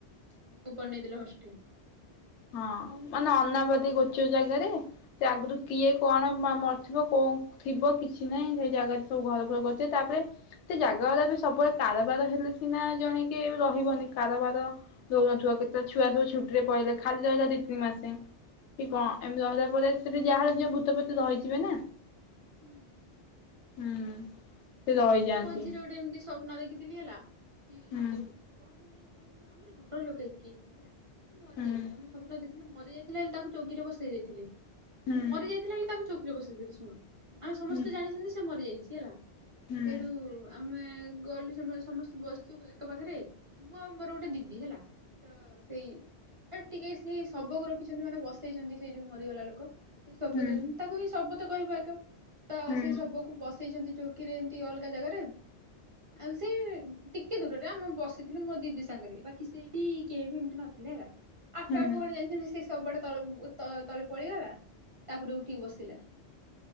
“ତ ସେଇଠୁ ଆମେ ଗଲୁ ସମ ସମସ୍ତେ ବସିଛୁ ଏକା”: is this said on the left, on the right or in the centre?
Right